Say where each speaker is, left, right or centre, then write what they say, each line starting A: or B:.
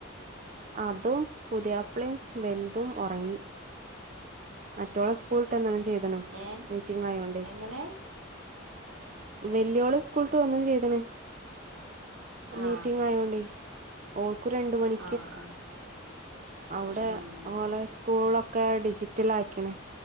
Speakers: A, on the right (about 40°); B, on the right (about 85°).
A: അതും പുതിയാപ്പ്ളയും വെലുതും ഉറങ്ങി മറ്റള സ്കൂളട്ടന്താണ് ചെയ്തണ
B: ഏ
A: മീറ്റിംഗ ആയോണ്ട്േ
B: എങ്ങനെ
A: വല്ിയോള് സ്കൂളട്ട് വന്ന ചെയ്തണ്
B: ആ
A: മീറ്റിംഗ ആയോണ്ട ഓക്ക്ു രണ്ട മണി
B: ആ ആ
A: അവിടെ
B: ഉം
A: പോലെ സ്കൂളൊക്കെ ഡിജി <unintelligible> റ്റിലാക്കണേ